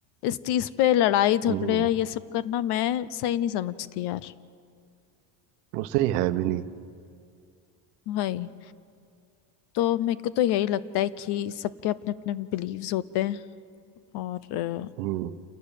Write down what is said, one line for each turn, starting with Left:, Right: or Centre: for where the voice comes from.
Left: इस चीज पे लड़ाई झगड़े
Right: हम्म
Left: या ये सब करना मैं सही नहीं समझती यार
Right: उससे ही है भी नहीं
Left: वही तो मेरे को तो यही लगता है कि सबके अपने अपने बिलीव्स होते हैं और अ,
Right: हम्म